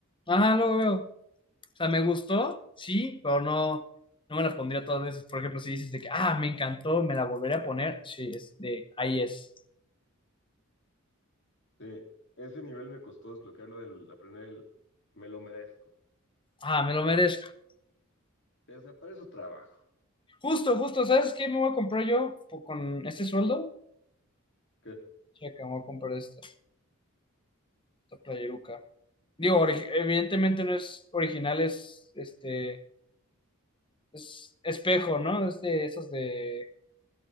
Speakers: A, on the left; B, on the left.
A: Ajá, luego veo. O sea, me gustó, sí, pero no, no me la pondría todas veces. Por ejemplo, si dices de que, ah, me encantó, me la volveré a poner, sí, es de, ahí es.
B: Sí, ese nivel me costó desbloquearlo, el aprender el, me lo merezco.
A: Ah, me lo merezco.
B: Sí, o sea, para eso trabajo.
A: Justo, justo, ¿sabes qué me voy a comprar yo po- con este sueldo?
B: ¿Qué?
A: Checa, me voy a comprar esta, esta playeruca. Digo, ori- evidentemente no es original, es, este, es espejo, ¿no? Este, esos de,